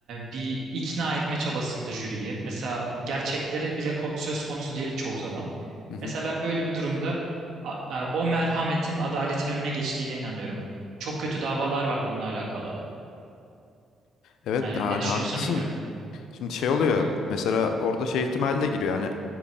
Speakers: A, on the right (about 70°); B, on the left (about 80°).
A: bir ikna etme çabasında jüriyi. Mesela gerçekleri bile ko- söz konusu değil çoğu zaman.
B: Hı hı.
A: Mesela ben böyle bir durumda a- e, o merhametin adaletin önüne geçtiğine inanıyorum. Çok kötü davalar var bununla alakalı.
B: Evet
A: Yani
B: yani
A: ne düşünüyorsun
B: haklısın.
A: bilmiyorum.
B: Şimdi şey oluyor
A: Hı,
B: mesela orada şey ihtimali de giriyor hani